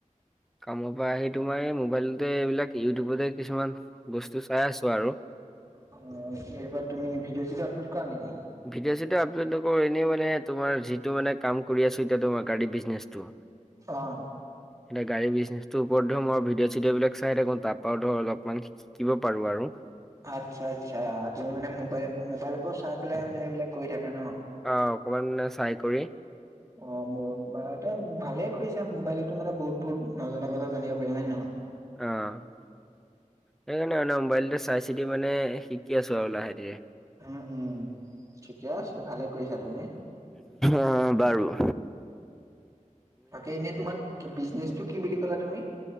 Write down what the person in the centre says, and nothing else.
কাম পৰা আহি তোমাৰ এই মোবাইলতে এইবিলাক ইউটিউবতে কিছুমান বস্তু চাই আছো আৰু।
ভিডিঅ' চিডঅ' আপলোড নকৰো এনেই মানে তোমাৰ যিটো মানে কাম কৰি আছো এতিয়া তোমাৰ গাড়ী বিজনেছটো।
এতিয়া গাড়ী বিজনেছ টোৰ ওপৰত ধৰ মই ভিডঅ চিঅ'বিলাক চাই থাকো তাৰ পৰা ধৰা অলপমান শিকিব পাৰো আৰু।
অ অকমান মানে চাই কৰি
অঁ, সেইকাৰণে মানে মোবাইলতে চাই চিতি মানে শিকি আছোঁ আৰু লাহেধিৰে।
অ বাৰু।